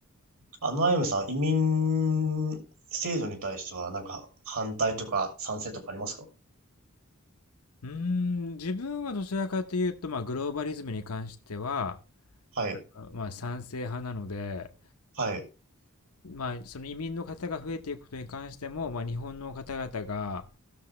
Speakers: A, on the right; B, on the left.
A: あのアイムさん、移民制度に対してはなんか反対とか賛成とかありますか
B: うーん、自分はどちらかというと、まあ、グローバリズムに関しては、
A: はい、
B: あの、まあ、賛成派なので
A: はい、
B: まあ、その移民の方が増えていくことに関しても、まあ、日本の方々が、